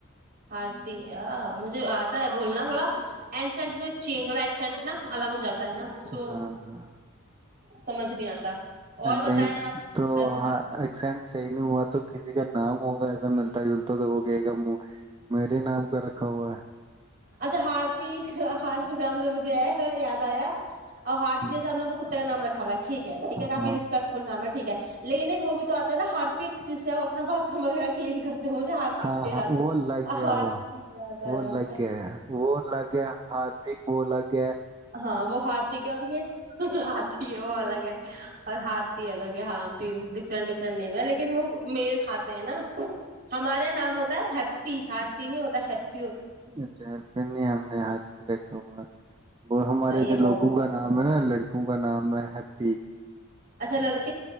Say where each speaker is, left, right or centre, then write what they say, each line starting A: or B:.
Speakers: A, on the right (about 45°); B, on the right (about 20°).
A: ہارتی ہ مجھے آتا ہے بولنا تھوڑا اسینٹ میں ا تھڑا ایکسینٹ نا الگ ہو جاتا ہے نا سو
B: ہاں ہاں
A: سمجھ نہیں آتا اور بتائیں
B: نہیں
A: آپ
B: تو
A: گھر میں سب
B: ہاں
A: ٹھیک
B: ایکسیڈٹ صحی نہیں ہوا تو کسییکل نام ہوگ ایسم ملتالت تو ہوگے گ م میرے نام کا رکھا ہوا ہے
A: اچھا ہارپی ہارپی نام سے مجھے آیا یاد آیا اور ہار
B: ہے
A: جسام کو کا نام رکھا ٹھیک ٹیک ہے کافی
B: ہاں
A: رسپیکٹ فل نام ہےٹھیک لیکن ایک وہ بھی تو آتا ہے نا ہارپک جس سے آپ اپنا باتھ روم وغیرہ کلین کرتے ہو مجھے ہارپک
B: ہاں
A: سے یاد
B: ہاں
A: آیا،
B: وہ الگ لیا
A: ہارپی
B: وہ
A: یاد
B: وہ
A: آیا
B: لگ گیا ہے وہ الگ ہے ہاربک وہ الگ ہے
A: ہاں وہ ہارپک ہے اور یہ ہ آ <unintelligible> وہ الگ ہے اور ہارتی الگ ہے ہاں ڈفرنٹ ڈفرنٹ نم ہے لیکن وہ میل کھاتے ہیں نا ہمارے یہاں نام ہوتا ہے ہیپی ہارپی نہیں ہو صح <unintelligible>
B: ا ج پ آمنے ہاتھ پ رکھاا وہ ہمارے
A: صحیح
B: ادھر
A: ہے بہت
B: لوگوں کا
A: اچھا
B: نام ہے نا لڑکوں کا نام محپی
A: اشا ل لک <unintelligible>